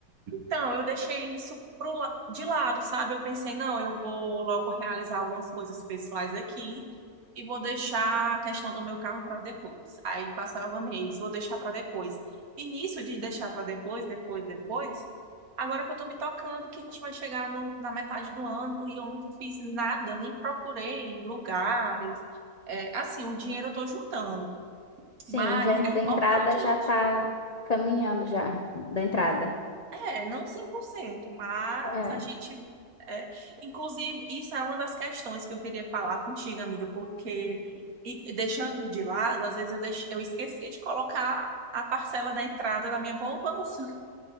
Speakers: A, on the right; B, on the left.
A: Então, eu deixei isso pro, la- de lado, sabe? Eu pensei, não, eu vou logo realizar algumas coisas pessoais aqui e vou deixar a questão do meu carro para depois. Aí passava mês, vou deixar para depois. E nisso de deixar para depois, depois, depois, agora que eu tô me tocando, que a gente vai chegar no- na metade do ano e eu nunca fiz nada, nem procurei lugares. É, assim, o dinheiro eu tô juntando,
B: Sim,
A: mas
B: já en-
A: é importante,
B: da entrada já
A: né?
B: tá caminhando já, da entrada.
A: É, não 100%, mas
B: É.
A: a gente. é, inclusive, isso é uma das questões que eu queria falar contigo, amiga, porque e- e deixando de lado, às vezes eu, deix, eu esquecia de colocar a parcela da entrada na minha poupança.